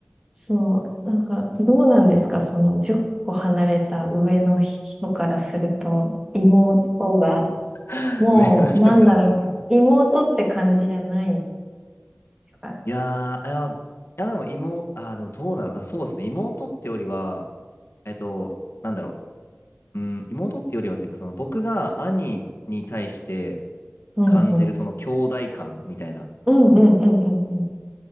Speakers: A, on the right (about 15°); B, on the left (about 70°).
A: そう、なんか、どうなんですかその10個離れた上の人からすると、妹が、
B: あ。
A: もう、
B: <laughs> 上の人からするとね。
A: なんだろう、妹って感じじゃないですか
B: いやー、いや、いやでも妹、あー、でもどうだろう。あそうですね。妹ってよりは、えっと、なんだろう。うん、妹ってよりはっていうか、その僕が兄に対して
A: うんうん。
B: 感じるその兄弟感みたいな。
A: うんうんうんうんうん。